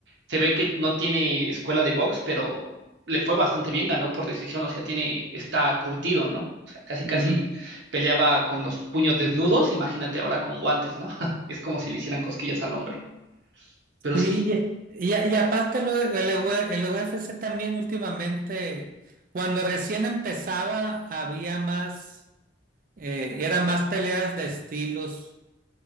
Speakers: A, on the right; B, on the right.
A: se ve que no tiene escuela de box, pero le fue bastante bien, ganó por decisión, o sea, tiene, está curtido, ¿no? O sea, casi
B: Ujú.
A: casi peleaba con los puños desnudos, imagínate ahora con guantes, ¿no? <laughs> Es como si le hicieran cosquillas al hombre. Pero
B: Sí,
A: sí,
B: y, y- y aparte lo- el, UE el UFC también últimamente, cuando recién empezaba, había más Eh, eran más peleas de estilos